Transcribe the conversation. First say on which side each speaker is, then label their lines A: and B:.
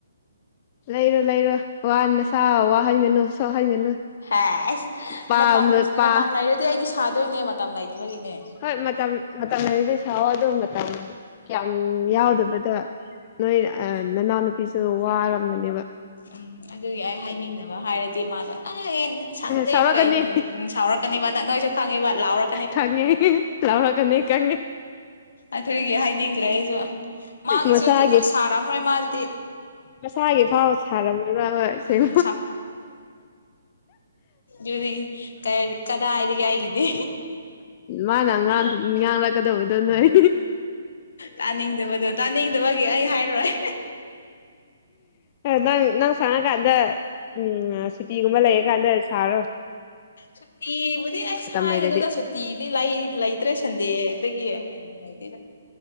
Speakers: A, on the left (about 35°); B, on the left (about 70°).
A: ꯂꯩꯔꯣ ꯂꯩꯔꯣ ꯋꯥ ꯃꯁꯥ ꯋꯥꯍꯟꯒꯅꯨ ꯁꯣꯛꯍꯟꯒꯅꯨ
B: ꯍ ꯑꯩꯁ
A: ꯄꯥꯝꯕ
B: ꯃꯇꯝ
A: ꯄꯥ
B: ꯃꯇꯝ ꯂꯩꯔꯗꯤ ꯑꯩꯗꯤ ꯁꯥꯗꯣꯏꯅꯦ ꯃꯇꯝ ꯂꯩꯇꯕꯒꯤꯅꯦ
A: ꯍꯣꯏ ꯃꯇꯝ ꯃꯇꯝ ꯃꯔꯤꯗ ꯁꯑꯣ ꯑꯗꯨ ꯃꯇꯝ ꯀꯌꯥꯝ ꯌꯥꯎꯗꯕꯗꯣ ꯅꯣꯏ ꯅꯅꯥꯎꯅꯨꯄꯤꯁꯨ ꯋꯥꯔꯝꯒꯅꯦꯕ
B: ꯎꯝ ꯑꯗꯨꯒꯤ ꯑꯩ ꯍꯥꯏꯅꯤꯡꯗ ꯍꯥꯏꯔꯗꯤ ꯃꯥꯗꯣ ꯑꯩ ꯅ ꯁꯪꯗꯦ
A: ꯁꯥꯎꯔꯛꯀꯅꯤ
B: ꯀꯩ ꯁꯥꯎꯔꯛꯀꯅꯤꯕ ꯅ ꯅꯣꯏꯁꯨ ꯈꯪꯉꯤꯕ ꯂꯥꯎꯔ
A: ꯊꯥꯡꯉꯦ ꯂꯥꯎꯅꯥ ꯀꯅꯤ ꯀꯥꯡꯒꯦ
B: ꯑꯗꯨꯒꯤ ꯍꯥꯏꯅꯤꯡꯗ꯭ꯔꯦ ꯑꯩꯁꯨ ꯃꯥꯒꯤꯁꯨ
A: ꯃꯁꯥꯒꯦ
B: ꯁꯥꯔꯝꯔꯣꯏ ꯃꯥꯗꯤ
A: ꯃꯁꯥꯒꯤ ꯐꯥꯎ ꯁꯥꯔꯝꯕꯅ ꯍꯣꯏ ꯁꯦꯡ
B: ꯎꯝ ꯌꯒꯤ ꯀ ꯀꯗꯥ ꯍꯥꯏꯒ ꯍꯥꯏꯒꯗ
A: ꯃꯥꯅ ꯉꯥꯡꯂꯛꯀꯗꯕꯗꯣ ꯅꯣꯏ
B: ꯇꯥꯅꯤꯡꯗꯕꯗꯣ ꯇꯥꯅꯤꯡꯗꯕꯒꯤ ꯑꯩ ꯍꯥꯏꯔꯣꯏ
A: ꯅꯪ ꯅꯪ ꯁꯪꯉ ꯀꯥꯟꯗ ꯎꯝ ꯁꯨꯇꯤꯒꯨꯝꯕ ꯂꯩꯔꯀꯥꯟꯗ ꯁꯥꯔꯣꯏ
B: ꯁꯨꯇꯤꯕꯨꯘꯤ ꯑꯁ ꯍꯥꯏꯥꯏꯒꯅꯣ
A: ꯂꯩꯔꯗꯤ
B: ꯇ ꯁꯨꯇꯤ ꯗꯤ ꯂꯩ ꯂꯩꯇ꯭ꯔꯦ ꯁꯟꯗꯦꯗꯒꯤ ꯍꯦꯟꯟꯅ ꯂꯩꯇꯦ